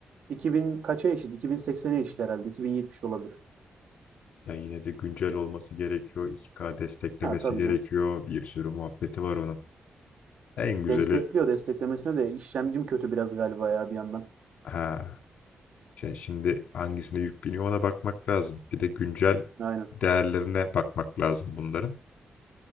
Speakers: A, on the right; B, on the left.
A: 2000 kaça eşit? 2080'e eşit herhalde. 2070 de olabilir.
B: Ya yine de güncel olması gerekiyor. 2K desteklemesi
A: Ha tabii
B: gerekiyor.
A: canım.
B: Bir sürü muhabbeti var onun. En
A: Destekliyor.
B: güzeli
A: Desteklemesine de işlemcim kötü biraz galiba ya bir yandan.
B: ha, şey, şimdi hangisine yük biniyor ona bakmak lazım. Bir de güncel
A: Aynen.
B: değerlerine bakmak lazım bunların.